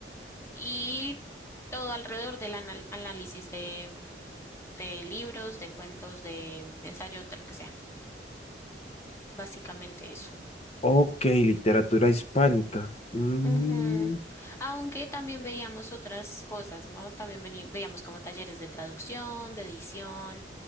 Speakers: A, on the left; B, on the left.
A: y todo alrededor del anal- análisis de, de libros, de cuentos, de ensayos, de lo que sea. Básicamente eso.
B: Ok, literatura hispánica. Mm,
A: Ujú. Aunque también veíamos otras cosas, ¿no? También veni- veíamos como talleres de traducción, de edición.